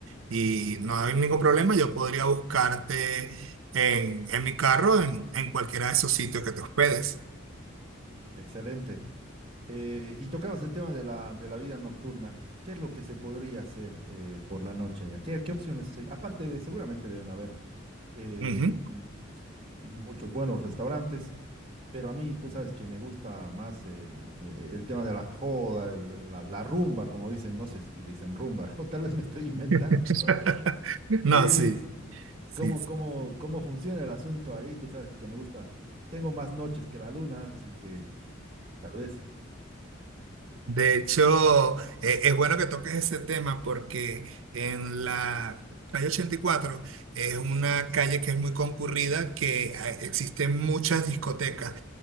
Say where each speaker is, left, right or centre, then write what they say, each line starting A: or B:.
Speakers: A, on the right; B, on the right.
A: Y no hay ningún problema, yo podría buscarte en, en mi carro, en, en cualquiera de esos sitios que te hospedes.
B: Excelente. Eh, y tocabas el tema de la, de la vida nocturna. ¿Qué es lo que se podría hacer eh, por la noche allá? ¿Qué, qué opciones hay? Aparte de, seguramente deben haber eh,
A: Ujú.
B: m- muchos buenos restaurantes. Pero a mí, tú sabes que me gusta más eh, eh, el tema de la joda, el- la, la rumba, como dicen, no sé si dicen rumba, <laughs> o tal vez me estoy inventando,
A: <laughs>
B: yo no sé.
A: No,
B: Eh,
A: sí, sí.
B: ¿cómo,
A: sí.
B: cómo, cómo funciona el asunto ahí? Tú sabes que me gusta, tengo más noches que la luna, así que tal vez,
A: De hecho, eh, es bueno que toques ese tema porque en la calle 84 es una calle que es muy concurrida, que eh, existen muchas discotecas